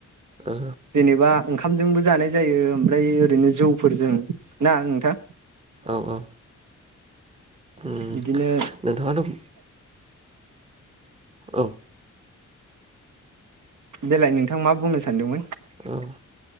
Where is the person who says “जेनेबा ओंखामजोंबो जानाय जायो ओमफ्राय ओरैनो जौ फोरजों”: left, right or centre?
Right